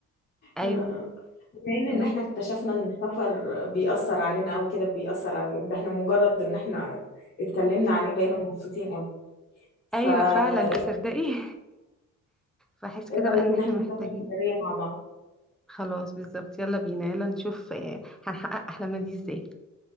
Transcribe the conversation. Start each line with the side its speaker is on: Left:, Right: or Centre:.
Centre: ايوه
Left: آه. بما ان
Centre: خلاص
Left: إن احنا اكتشفنا ان السفر بيأثر علينا او كده بيأثر على ده احنا مجرد ان احنا اتكلمنا عليه بقينا مبسوطين قوي فايه
Centre: ايوه فعلا تصدقي
Left: إيه
Centre: <laughs> فاحس كده
Left: إيه رأيك
Centre: بقى ان
Left: ان
Centre: احنا
Left: احنا
Centre: محتاجين
Left: نسافر سفرية مع بعض
Centre: خلاص بالظبط يلا بينا يلا نشوف آه، هنحقق أحلامنا دي ازاي